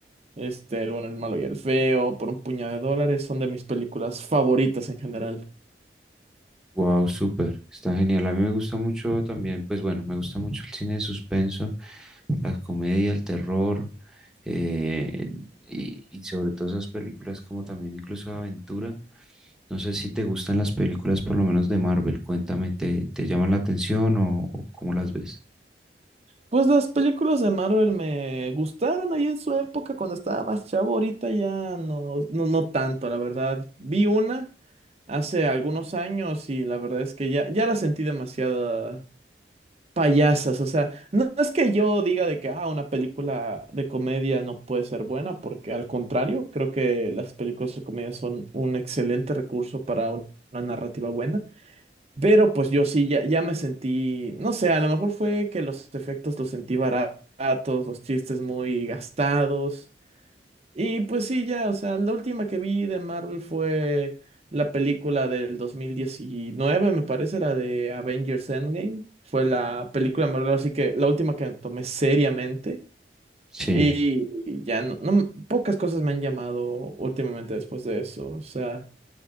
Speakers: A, on the right (about 35°); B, in the centre.
A: este, el bueno, el malo y el feo, por un puñado de dólares, son de mis películas favoritas en general.
B: Wow, súper, está genial. A mí me gusta mucho también, pues bueno, me gusta mucho el cine de suspenso, la comedia, el terror, eh, y, y sobre todo esas películas como también incluso de aventura. No sé si te gustan las películas por lo menos de Marvel, cuéntame, ¿te, te llaman la atención o, o cómo las ves?
A: Pues las películas de Marvel me gustaron ahí en su época cuando estaba más chavo, ahorita ya no, no, no tanto, la verdad. Vi una hace algunos años y la verdad es que ya, ya la sentí demasiado payasas. O sea, no es que yo diga de que ah, una película de comedia no puede ser buena, porque al contrario, creo que las películas de comedia son un excelente recurso para un- una narrativa buena. Pero pues yo sí, ya, ya me sentí, no sé, a lo mejor fue que los efectos los sentí baratos, los chistes muy gastados. Y pues sí, ya, o sea, la última que vi de Marvel fue la película del 2019 me parece, la de Avengers Endgame. Fue la película de Marvel, así que la última que tomé seriamente.
B: Sí,
A: Y ya no, no- pocas cosas me han llamado últimamente después de eso. O sea,